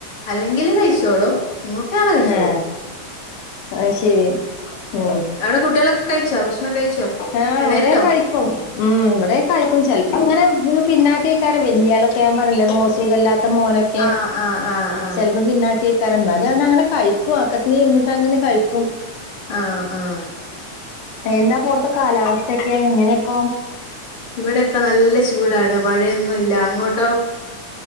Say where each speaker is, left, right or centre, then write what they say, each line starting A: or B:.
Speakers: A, on the left (about 50°); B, on the left (about 85°).
A: അല്ലെങ്കില് കഴിച്ചോളും മൂത്തയാള് കഴിച്ചോളും
B: ആഹ അയ് ശെരി
A: ഉം
B: ഉ
A: അവിടെ കുട്ടികളൊക്കെ കഴിച്ചോ ഭക്ഷണം കഴിച്ചോ
B: ആ
A: എണേറ്റോ
B: അവിടെ കഴ ഉ് ഇവിടെ കഴിക്കും ചിലപ്പോ ഇങ്ങനെ പിന്നാക്കെക്കാര വലിയയാളൊക്കെ ൻ പറേ സുഖല്ലാത്ത മോനൊക്കെ
A: ആഹ് ആഹ് ആഹ് ആഹ്
B: ചെലപ്പോ പിന്നാക്കോക്കാറം അവനനെ കഴിക്കും അക്കത്തി ഇരുന്നിട്ട് അങ്ങനെ കഴിക്കും
A: ആ ആഹ
B: എന്താ അവിടെത്തെ കാലാവസ്ഥയക്കെ ഇങ്ങനെ ഇപ്പൊ
A: ഇവിടെ ഇപ്പ നല്ല ചൂടാണ് മഴയൊന്നുമ ഇല്ല അങ്ങോട്ടോ